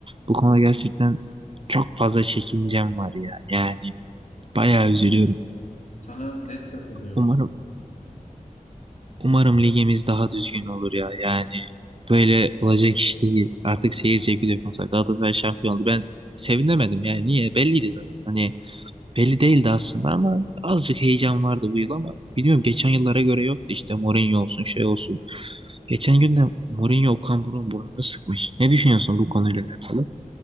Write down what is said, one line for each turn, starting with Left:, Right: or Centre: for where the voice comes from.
Right: Bu konuda gerçekten çok fazla çekincem var ya. Yani bayağı üzülüyorum.
Left: Sana net katılıyorum.
Right: Umarım Umarım ligimiz daha düzgün olur ya. Yani böyle olacak iş değil. Artık seyir zevki de yok. Mesela Galatasaray şampiyon oldu. Ben sevinemedim yani. Niye? Belliydi zaten. Hani belli değildi aslında ama azıcık heyecan vardı bu yıl ama biliyorum geçen yıllara göre yoktu işte Mourinho olsun şey olsun. Geçen gün de Mourinho Okan Buruk'un burnunu sıkmış. Ne düşünüyorsun bu konuyla alakalı?